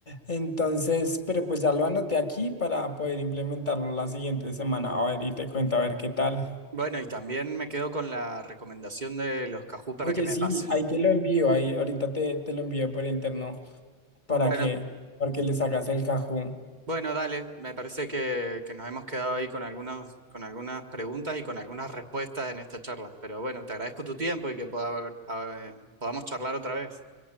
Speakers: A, on the left; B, on the right.
A: Entonces, pero pues ya lo anoté aquí para poder implementarlo la siguiente semana. A ver, y te cuento a ver qué tal.
B: Bueno, y también me quedo con la recomendación de los Cajú para
A: Oye,
B: que me
A: sí,
B: pases.
A: ahí te lo envío, ahí ahorita te, te lo envío por interno para
B: Bueno,
A: que, para que les hagas el cajón.
B: bueno, dale. Me parece que, que nos hemos quedado ahí con algunos, con algunas preguntas y con algunas respuestas en esta charla. Pero bueno, te agradezco tu tiempo y que poda- a- eh, podamos charlar otra vez.